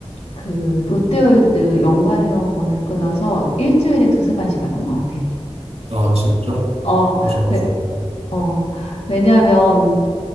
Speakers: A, on the left; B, on the right.
A: 그 롯데월드 연간 회원권을 끊어서 일주일에 두세 번씩 갔던 것 같아.
B: 아, 진짜?
A: 어,
B: 맞아, 맞아.
A: 왜, 어, 왜냐면